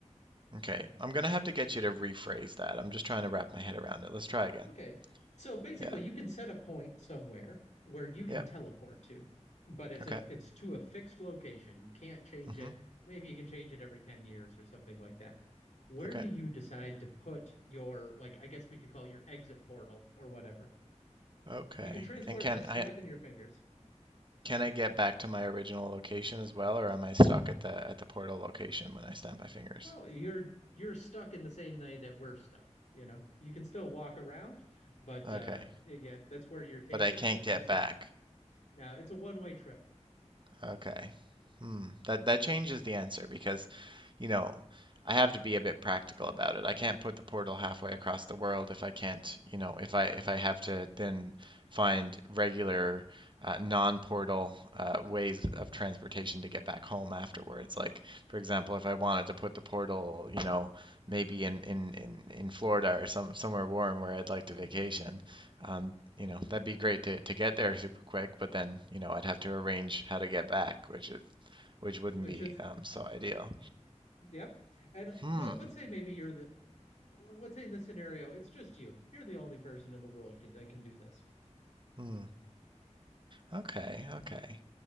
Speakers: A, on the right; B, on the left.
A: Okay, I'm gonna have to get you to rephrase that. I'm just trying to wrap my head around it. Let's try again.
B: Okay. So basically
A: Yeah.
B: you can set a point somewhere where you can
A: Yep.
B: teleport to, but it's
A: Okay.
B: a it's to a fixed location. You can't change
A: Mm-hmm.
B: it. Maybe you can change it every 10 years or something like that. Where
A: Okay.
B: do you decide to put your like I guess we could call it your exit portal or whatever?
A: Okay.
B: You can transport
A: And can
B: it just
A: I
B: snapping your fingers.
A: can I get back to my original location as well, or am I stuck at the at the portal location when I snap my fingers?
B: well you're you're stuck in the same way that we're stuck you know you can still walk around but
A: Okay.
B: uh yeah that's where you're taken
A: But I can't
B: and it's
A: get
B: just so
A: back.
B: now it's a one-way trip
A: Okay. Hmm. That that changes the answer because, you know, I have to be a bit practical about it. I can't put the portal halfway across the world if I can't, you know, if I if I have to then find regular uh, non-portal uh, ways of transportation to get back home afterwards. Like, for example, if I wanted to put the portal, you know, maybe in in in, in Florida or some somewhere warm where I'd like to vacation,
B: Mhm.
A: um, you know, that'd be great to, to get there super quick, but then, you know, I'd have to arrange how to get back, which is which wouldn't
B: which
A: be
B: is
A: um, so ideal.
B: yep and uh,
A: Hmm.
B: what let's say maybe you're the well, let's say in this scenario it's just you you're the only person in the world could, that can do this
A: Hmm. Okay, okay.